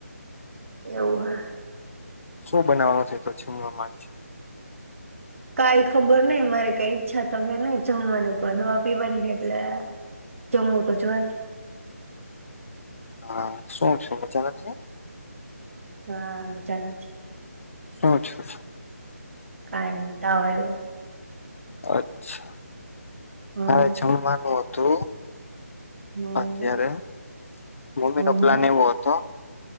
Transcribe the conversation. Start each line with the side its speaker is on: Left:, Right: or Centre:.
Right: એવું હ.
Left: શું બનાવાનું છે તો પછીના મેચ.
Right: કાઈ ખબર નઈ મારી કઈ ઈચ્છા તો નઈ જમવાની પણ દવા પીવાની એટલે જમવું તો જોય.
Left: હા શું છે મજામાં નથી?
Right: હા એને જાણો છો.
Left: શું થતું છે?
Right: કઈ નહી તાવ આવ્યો.
Left: અચ્છા.
Right: હમ
Left: આજ જમવાનું હ તો
Right: હમ
Left: અત્યારે મમ્મી
Right: હમ
Left: નો પ્લાન
Right: હમ
Left: એવો હતો